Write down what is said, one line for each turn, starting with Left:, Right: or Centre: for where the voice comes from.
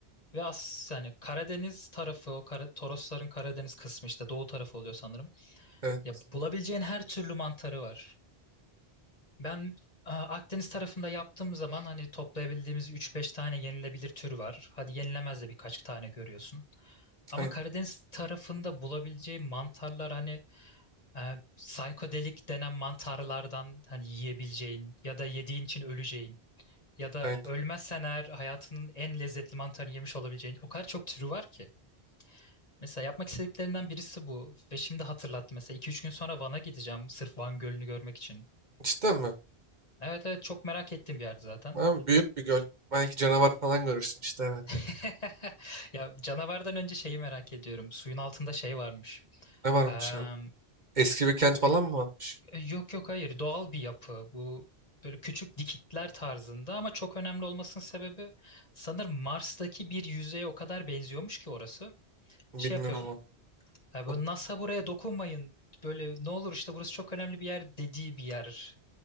Left: Ve as yani Karadeniz tarafı o Kara, Torosların Karadeniz kısmı işte doğu tarafı oluyor sanırım.
Right: Evet.
Left: Ya bulabileceğin her türlü mantarı var. Ben a, Akdeniz tarafında yaptığım zaman hani toplayabildiğimiz üç beş tane yenilebilir tür var. Hadi yenilemez de birkaç tane görüyorsun. Ama
Right: Aynen.
Left: Karadeniz tarafında bulabileceği mantarlar hani e, psikodelik denen mantarlardan hani yiyebileceğin ya da yediğin için öleceğin ya da
Right: Aynen.
Left: ölmezsen eğer hayatının en lezzetli mantarını yemiş olabileceğin o kadar çok türü var ki. Mesela yapmak istediklerinden birisi bu ve şimdi hatırlattı mesela iki üç gün sonra Van'a gideceğim sırf Van Gölü'nü görmek için.
Right: Cidden mi?
Left: Evet evet çok merak ettiğim bir yerdi zaten.
Right: Abi büyük bir göl. Belki canavar falan görürsün işte evet.
Left: <laughs> Ya canavardan önce şeyi merak ediyorum. Suyun altında şey varmış.
Right: Ne varmış
Left: Eee,
Right: abi? Eski bir kent
Left: böyle
Right: falan mı varmış?
Left: e, yok yok hayır doğal bir yapı. Bu böyle küçük dikitler tarzında ama çok önemli olmasının sebebi sanırım Mars'taki bir yüzeye o kadar benziyormuş ki orası.
Right: Bilmiyorum
Left: Şey yapıyor.
Right: valla.
Left: "Ha, bu
Right: Onu-
Left: NASA buraya dokunmayın. Böyle ne olur işte burası çok önemli bir yer dediği bir yer.